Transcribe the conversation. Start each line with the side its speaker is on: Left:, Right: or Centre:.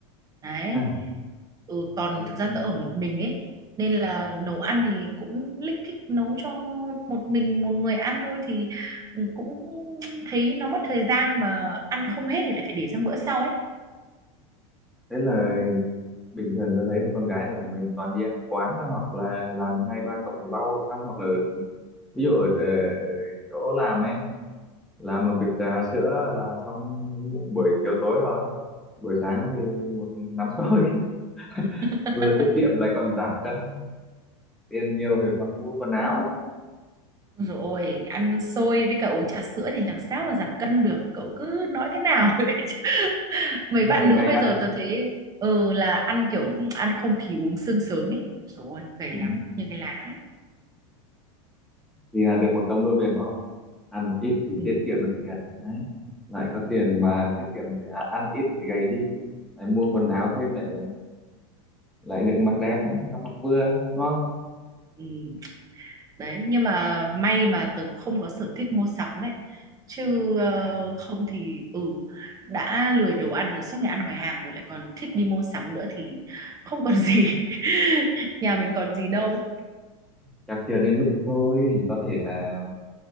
Right: Đấy.
Centre: à,
Right: Ừ, còn
Centre: thế
Right: thực
Centre: cũng
Right: ra tớ ở một mình ấy, nên là nấu ăn thì cũng lích kích nấu cho một mình một người ăn thôi thì ừ, cũng thấy nó mất thời gian mà ăn không hết thì lại phải để sang bữa sau ấy.
Centre: thế là bình thường tôi thấy một con gái ở mình toàn đi ăn quán thôi, hoặc là làm hai ba cọng rau xong hoặc là ví dụ ở, ở, ở chỗ làm ấy làm một bịch trà sữa là xong buổi chiều tối rồi buổi sáng thì một nắm xôi <laughs>
Right: <laughs>
Centre: vừa tiết kiệm lại còn giảm cân tiền nhiều thì còn mua quần áo
Right: Rồi ăn xôi với cả uống trà sữa thì làm sao mà giảm cân được cậu cứ nói thế nào ấy <laughs> mấy
Centre: mà
Right: bạn
Centre: là ngày
Right: nữ bây
Centre: ăn
Right: giờ
Centre: ấy.
Right: tớ thấy ừ là ăn kiểu ăn không khí uống sương sớm ấy rồi gầy
Centre: Ừ.
Right: lắm như cái lá ấy.
Centre: thì là được một công đôi biển đúng không ăn ít thì
Right: Ừ,
Centre: tiết kiệm được tiền đấy lại có tiền mà tiết kiệm à, ăn ít thì gầy đi lại mua quần áo thêm lại lại được mặc đẹp mặc mặc vừa đúng không
Right: ừ. Đấy nhưng mà may mà tớ không có sở thích mua sắm đấy chứ ờ,
Centre: dạ
Right: không thì ừ đã lười đầu ăn rồi suốt ngày ăn ngoài hàng rồi lại còn thích đi mua sắm nữa thì không còn gì <laughs> nhà mình còn gì đâu
Centre: chắc chưa đến lúc thôi có thể là